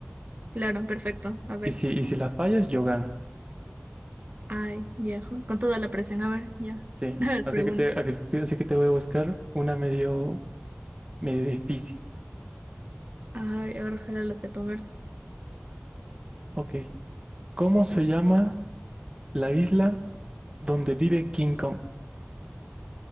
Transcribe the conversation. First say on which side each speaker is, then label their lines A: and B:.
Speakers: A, on the right; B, on the right.
A: claro, perfecto. A ver.
B: Y si, y si la fallas, yo gano.
A: Ay, ya, jo- con toda la presión. A ver, ya.
B: Sí.
A: <laughs> A ver,
B: Así
A: pregunta.
B: que te, así que te voy a buscar una medio Medio difícil.
A: Ay, a ver, ojalá la sepa. A ver.
B: Ok. ¿Cómo se llama la isla donde vive King Kong?